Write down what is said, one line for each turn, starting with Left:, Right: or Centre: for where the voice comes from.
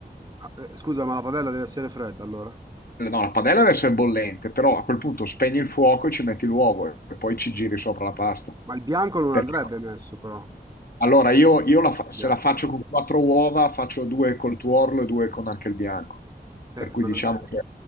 Right: eh, scusa, ma la padella deve essere fredda allora.
Left: No, la padella adesso è bollente, però a quel punto spegni il fuoco e ci metti l'uovo e poi ci giri sopra la pasta.
Right: Ma il bianco non
Left: Perché-
Right: andrebbe messo però. il
Left: allora, io, io la fa-
Right: bianco.
Left: se la faccio con quattro uova, faccio due col tuorlo e due con anche il bianco. Per
Right: Eh,
Left: cui
Right: ma
Left: diciamo
Right: non- eh,
Left: che